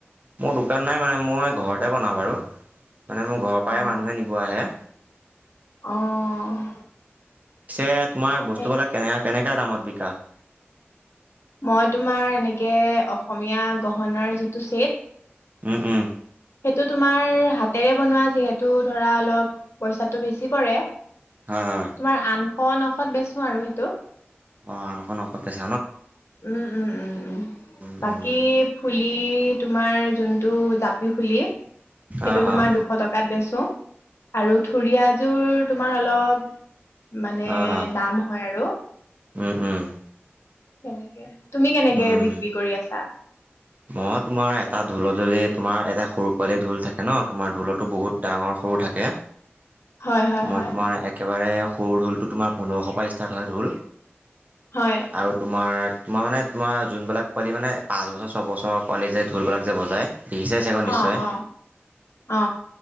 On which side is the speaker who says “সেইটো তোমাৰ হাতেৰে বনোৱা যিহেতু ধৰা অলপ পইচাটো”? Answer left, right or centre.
Left